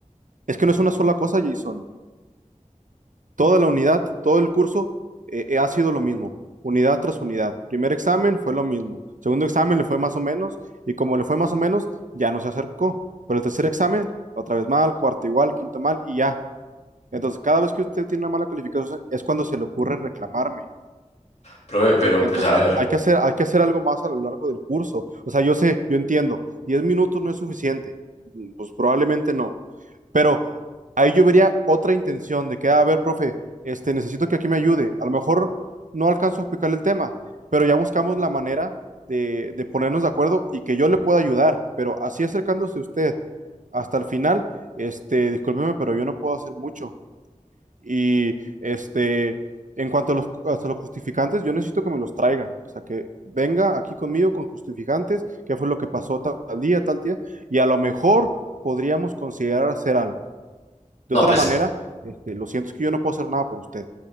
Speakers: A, on the right; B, on the left.
A: Es que no es una sola cosa, Jason. Toda la unidad, todo el curso eh, eh, ha sido lo mismo, unidad tras unidad. Primer examen fue lo mismo, segundo examen le fue más o menos y como le fue más o menos, ya no se acercó. Pero el tercer examen, otra vez mal, cuarto igual, quinto mal y ya. Entonces, cada vez que usted tiene una mala calificación es cuando se le ocurre reclamarme.
B: Profe, pero
A: Entonces,
B: pues a ver,
A: hay que hacer, hay que hacer algo más a lo largo del curso. O sea, yo sé, yo entiendo, 10 minutos no es suficiente. Mm, Pues probablemente no. Pero ahí yo vería otra intención de que, "Ah, a ver, profe, este, necesito que aquí me ayude. A lo mejor no alcanzo a explicarle el tema, pero ya buscamos la manera de, de ponernos de acuerdo y que yo le pueda ayudar. Pero así acercándose usted hasta el final, este, discúlpeme, pero yo no puedo hacer mucho. Y este, en cuanto a los, hasta los justificantes, yo necesito que me los traiga. O sea, que venga aquí conmigo con justificantes, qué fue lo que pasó tal, tal día, tal día, y a lo mejor podríamos considerar hacer algo. De
B: No,
A: otra
B: pues
A: manera, este, lo siento, es que yo no puedo hacer nada por usted.